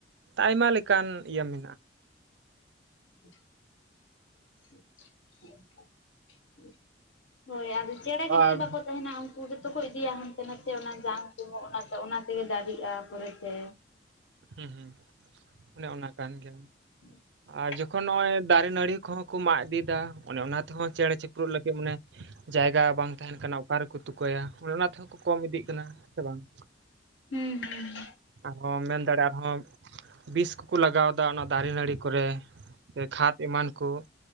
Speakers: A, on the right; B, on the left.
A: ᱟᱭᱢᱟ ᱞᱮᱠᱟᱱ ᱤᱭᱟᱹ ᱢᱮᱱᱟᱜ ᱾
B: <inaudible> ᱦᱳᱭ ᱟᱫᱚ ᱪᱮᱬᱮ ᱜᱮ
A: ᱟᱨ
B: ᱡᱩᱫᱤ ᱵᱟᱠᱚ ᱛᱟᱦᱮᱱᱟ ᱩᱱ ᱠᱩ ᱜᱮᱛᱚ ᱠᱚ ᱤᱫᱤᱭᱟ ᱦᱟᱱᱛᱮ ᱱᱟᱛᱮ ᱚᱱᱟ ᱡᱟᱝ ᱛᱩᱱᱩᱜ ᱚᱱᱟᱛᱮ ᱚᱱᱟ ᱛᱮᱜᱮ ᱫᱟᱨᱮᱜᱼᱟ ᱯᱚᱨᱮᱛᱮ
A: ᱩᱸᱻᱦᱩᱸ ᱚᱱᱮ ᱚᱱᱟ ᱠᱟᱱ ᱜᱮᱭᱟ ᱾
B: <inaudible>
A: ᱟᱨ ᱡᱚᱠᱷᱚᱱ ᱱᱚᱜᱼᱚᱭ ᱫᱟᱨᱮ ᱱᱟᱹᱲᱤ ᱠᱚᱦᱚᱸ ᱠᱚ ᱢᱟᱜ ᱤᱫᱤᱭ ᱮᱫᱟ ᱚᱱᱮ ᱚᱱᱟ ᱛᱮᱦᱚᱸ ᱪᱮᱬᱮ ᱪᱤᱯᱨᱩᱫ ᱞᱟᱹᱜᱤᱫ ᱢᱟᱱᱮ ᱡᱟᱭᱜᱟ ᱵᱟᱝ ᱛᱟᱦᱮᱱ ᱠᱟᱱᱟ ᱚᱠᱟ ᱨᱮᱠᱚ ᱛᱩᱠᱟᱹᱭᱟ ᱚᱱᱮ ᱚᱱᱟ ᱛᱮᱦᱚᱸ ᱠᱚ ᱠᱚᱢ ᱤᱫᱤᱜ ᱠᱟᱱᱟ ᱥᱮ ᱵᱟᱝ ᱾
B: ᱦᱩᱸ ᱦᱩᱸ ᱾
A: ᱟᱨᱦᱚᱸ ᱢᱮᱱ ᱫᱟᱲᱮᱜ ᱟᱨᱦᱚᱸ ᱵᱤᱥ ᱠᱚᱠᱚ ᱞᱟᱜᱟᱣ ᱮᱫᱟ ᱚᱱᱟ ᱫᱟᱨᱮ ᱱᱟᱹᱲᱤ ᱠᱚᱨᱮ ᱥᱮ ᱠᱷᱟᱫᱽ ᱮᱢᱟᱱ ᱠᱚ ᱾